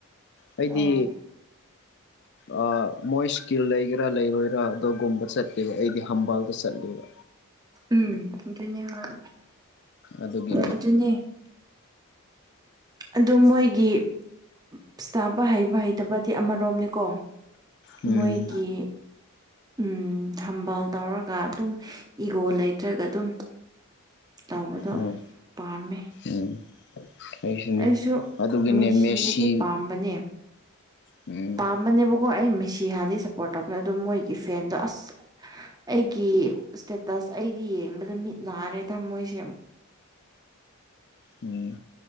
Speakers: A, on the left; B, on the right.
A: ꯑꯩꯗꯤ
B: ꯑꯣ
A: ꯑꯥ ꯃꯣꯏ ꯏꯁꯀꯤꯜ ꯂꯩꯒꯦꯔꯥ ꯂꯩꯔꯣꯏꯔꯥ ꯑꯗꯨꯒꯨꯝꯕ ꯆꯠꯇꯦꯕ ꯑꯩꯗꯤ ꯍꯝꯕꯥꯜꯗ ꯆꯠꯂꯦꯕ
B: ꯎꯝ ꯑꯗꯨꯅꯦ ꯍꯣꯏ
A: ꯑꯗꯨꯒꯤꯅꯦ
B: ꯑꯗꯨꯅꯦ ꯑꯗꯨ ꯃꯣꯏꯒꯤ ꯏꯁꯇꯥꯕ ꯍꯩꯕ ꯍꯩꯇꯕꯗꯤ ꯑꯃꯔꯣꯝꯅꯤꯀꯣ
A: ꯎꯝ
B: ꯃꯣꯏꯒꯤ ꯎꯝ ꯍꯝꯕꯥꯜ ꯇꯧꯔꯒ ꯑꯗꯨꯝ ꯏꯒꯣ ꯂꯩꯇ꯭ꯔꯒ ꯑꯗꯨꯝ ꯇꯧꯕꯗꯣ
A: ꯎꯝ
B: ꯄꯥꯝꯃꯦ
A: ꯎꯝ ꯑꯩꯁꯨꯅꯦ
B: ꯑꯩꯁꯨ
A: ꯑꯗꯨꯒꯤꯅꯦ
B: ꯃꯦꯁꯤꯗꯗꯤ
A: ꯃꯦꯁꯤ
B: ꯄꯥꯝꯕꯅꯦ
A: ꯎꯝ
B: ꯄꯥꯝꯕꯅꯦꯕꯀꯣ ꯑꯩ ꯃꯦꯁꯤ ꯍꯥꯟꯗꯤ ꯁꯞꯄꯣꯔꯠ ꯇꯧꯕꯅꯦ ꯑꯗꯣ ꯃꯣꯏꯒꯤ ꯐꯦꯟꯗꯣ ꯑꯁ ꯑꯩꯒꯤ ꯏꯁꯇꯦꯇꯁ ꯑꯩꯗꯤ ꯌꯦꯡꯕꯗ ꯃꯤꯠ ꯅꯥꯔꯦ ꯊꯃꯣꯏꯁꯦ
A: ꯑꯣ